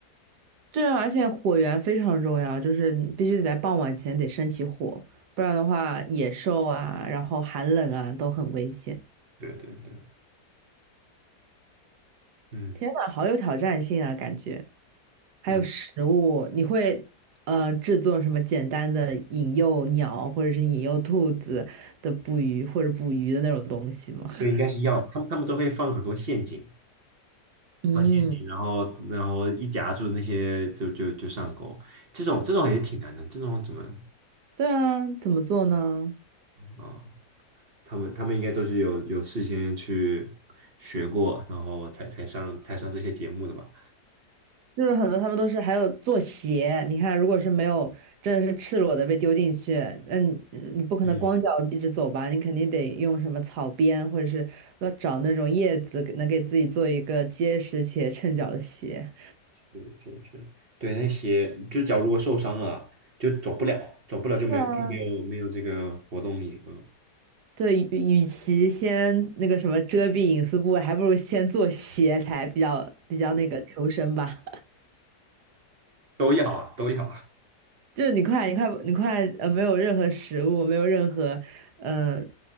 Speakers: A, on the right (about 70°); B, on the right (about 45°).
A: 对啊，而且火源非常重要，就是你必须得在傍晚前得升起火，不然的话，野兽啊，然后寒冷啊都很危险。
B: 对对对，嗯
A: 天呐，好有挑战性啊，感觉。还有食物，
B: 嗯，
A: 你会呃制作什么简单的引诱鸟或者是引诱兔子的捕鱼或者捕鱼的那种东西吗？
B: 对，应该是要，他们他们都会放很多陷阱。
A: 嗯，
B: 放陷阱，然后然后一夹住那些就就就上钩，这种这种也挺难的，这种怎么
A: 对啊，怎么做呢？
B: 啊、他们他们应该都是有有事先去学过，然后才才上才上这些节目的吧？
A: 就是很多他们都是还有做鞋，你看，如果是没有真的是赤裸的被丢进去，那你你不可能光脚一直走吧？
B: 嗯，
A: 你肯定得用什么草编，或者是要找那种叶子，能给自己做一个结实且衬脚的鞋。
B: <laughs> 是是是，对，那些就脚如果受伤了，就走不了，走不了就没就没有没有这个活动力，
A: 对啊。
B: 嗯，
A: 对，与与其先那个什么遮蔽隐私部位，还不如先做鞋才比较比较那个求生吧。<laughs>
B: 都要啊都要，啊。
A: 就你快，你快，你快，呃，没有任何食物，没有任何，呃，